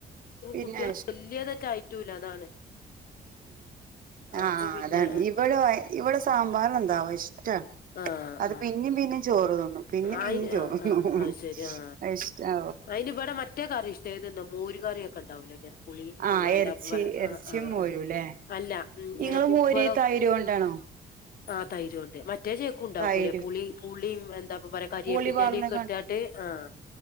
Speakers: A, on the right (about 55°); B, on the left (about 65°).
A: പിന്നെ
B: കുട്ടികൾ വല്യതട്ടായിറ്റല്ല അതാണ് ആ
A: ആആ
B: അപ്പൊ പിന്നെ
A: അതാണ് ഇവിടെ ഇവിടെ സാമ്പാറ് എന്താവോ ഇഷ്ട
B: ആ ആ
A: അത്
B: ആ
A: പിന്നെയും പിന്നെയും ചോറ് തിന്നും പിന്നെയും
B: ആയി
A: പിന്നെയും ചോറു
B: ആ ആ
A: തിന്നും
B: അത് ശരി ആ
A: അത് ഇഷ്‌ടാ
B: അതിന് ഇവിടെ മറ്റെ കറി ഇഷ്ടാ ഏതന്നോ മോര് കറിയ ഒക്കെ ഉണ്ടാവല്ലോ ങ്ങനെ പുളി
A: ആഹ്
B: എന്താപ്പ
A: എറച്ചി
B: പറയാ
A: എറച്ചിയും
B: ആ് ആആ്
A: മോരുംല്ലേ
B: അല്ല ഇങ്ങനെ
A: ഇങ്ങള്
B: കുമ്പളം
A: മോര് തൈര് കൊണ്ടാണോ
B: ആ തൈര് കൊണ്ട് മറ്റ മറ്റേച്ചേക്കും ഇണ്ടാക്കൂല്ലേ
A: തൈര്
B: പുളി പുള്ളീം എന്താപ്പം പറിയാ കറിയേപ്പിന്റെല
A: പുളി പാർന്ന്ക്കാണ്ട്
B: ഒക്കെ ഇട്ടാട്ട് ആഹ്